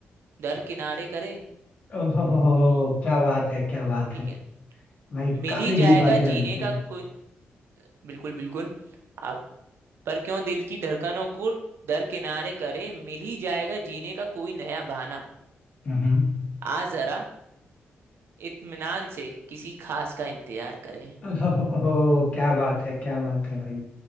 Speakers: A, on the right; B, on the left.
A: दरकिनारे करे
B: ओह हो, हो, हो, हो, क्या बात है क्या बात
A: ठीक
B: है
A: है
B: भाई
A: मिल
B: काफी
A: ही जाएगा
B: डीप बातें कर
A: जीने
B: लेते
A: का
B: हो भाई
A: कोई बिल्कुल बिल्कुल आप पर क्यों दिल की धड़कनों को दरकिनारे करे मिल ही जाएगा जीने का कोई नया बहाना
B: हम्म
A: आ जरा इत्मीनान से किसी खास का इंतजार करें
B: ओह, हो, हो, हो, क्या बात है क्या बात है भाई